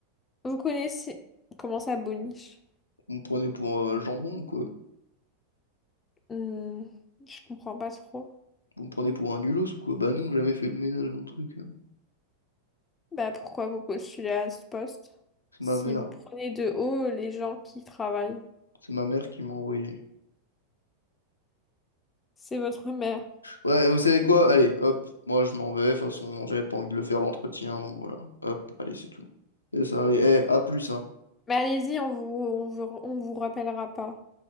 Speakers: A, on the left (about 20°); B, on the left (about 80°).
A: Vous connaissez comment ça boniche?
B: On me prenait pour euh, jambon ou quoi?
A: Hmm, je comprends pas trop.
B: Vous me prenez pour un nulos ou quoi? Bah non, j'ai jamais fait le ménage mon truc. hein.
A: Bah, pourquoi vous postulez à ce poste?
B: C'est
A: Si
B: ma mère.
A: vous prenez de haut les gens qui travaillent,
B: C'est ma mère qui m'a envoyé.
A: c'est votre mère.
B: Ouais, vous savez quoi? Allez, hop, moi je m'en vais. De toute façon, j'avais pas envie de le faire l'entretien, donc voilà. Hop, allez, c'est tout. C'est ça, allez, eh, à plus, hein.
A: Mais allez-y, on vous, on vous, on vous rappellera pas.